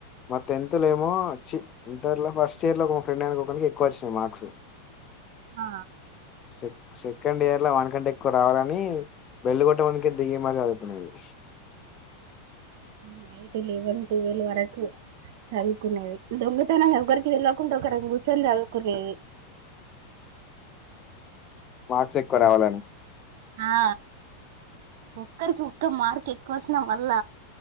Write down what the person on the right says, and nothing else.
ఆ
నైట్ లేవెన్ టువల్ వరకు చదువుకునేది దొంగతనంగ ఒకరికి తెల్వకుండా ఒకరం కూర్చొని చదువుకునేది
ఆ ఒక్కరికి ఒక్క మార్క్ ఎక్కువ వచ్చిన మల్ల